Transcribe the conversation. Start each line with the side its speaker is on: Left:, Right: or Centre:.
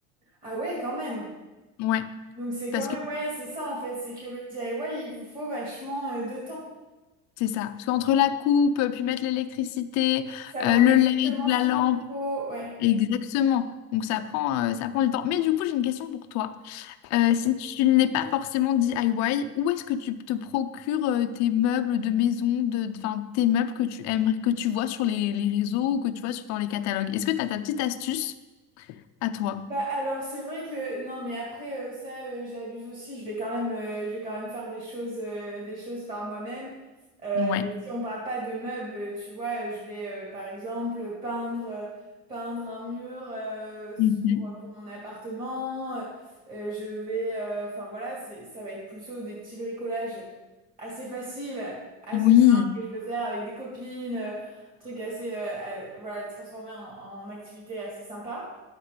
Right: Ah ouais, quand même.
Left: Ouais,
Right: Donc c'est quand
Left: parce
Right: même,
Left: que
Right: ouais, c'est ça en fait, c'est que le DIY, il vous faut vachement euh, de temps.
Left: C'est ça. Parce qu'entre la coupe, euh, puis mettre l'électricité,
Right: Savoir
Left: euh, le
Right: exactement
Left: LED, la
Right: ce qu'il
Left: lampe,
Right: vous faut, ouais.
Left: exactement. Donc ça prend, euh, ça prend du temps. Mais du coup, j'ai une question pour toi. Euh, si tu n'es pas forcément DIY, où est-ce que tu te procures euh, tes meubles de maison, de, enfin, tes meubles que tu aimes, que tu vois sur les, les réseaux ou que tu vois sur, dans les catalogues? Est-ce que tu as ta petite astuce à toi?
Right: Bah alors c'est vrai que non mais après euh, ça euh, j'abuse aussi je vais quand même euh, je vais quand même faire des choses euh, des choses par moi-même Euh,
Left: Ouais.
Right: mais si on parle pas de meubles tu vois je vais euh, par exemple peindre euh, peindre un mur euh,
Left: Mhm.
Right: pour, euh, pour mon appartement Euh, je vais euh, enfin voilà c'est ça va être plutôt des petits bricolages assez faciles assez
Left: Oui,
Right: simples que je peux faire avec des copines euh, trucs assez euh, euh, voilà les transformer en, en activité assez sympa